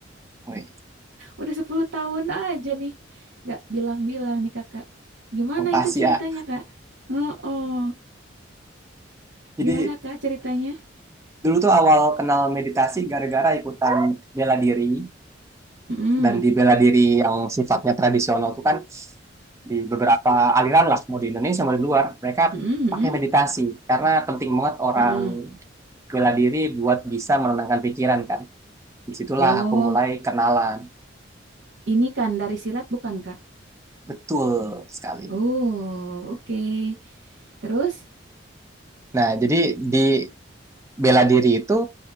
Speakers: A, on the right; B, on the right.
A: woi,
B: Udah 10 tahun aja nih. Nggak bilang-bilang nih, Kakak. Gimana
A: Asia.
B: itu ceritanya, Kak? Oh, oh.
A: Jadi
B: Gimana, Kak, ceritanya?
A: <clears throat> dulu tuh awal kenal meditasi gara-gara ikutan bela diri.
B: Mm,
A: Dan di bela diri yang sifatnya tradisional tuh kan di beberapa aliran lah, mau di Indonesia mau di luar, mereka
B: mm, mm,
A: pakai meditasi. Karena penting banget orang
B: mm, mm.
A: bela diri buat bisa menenangkan pikiran kan. Disitulah
B: Oh,
A: aku mulai kenalan.
B: ini kan dari silat bukan, Kak?
A: Betul sekali.
B: Oh, oke. Terus?
A: Nah, jadi di bela diri itu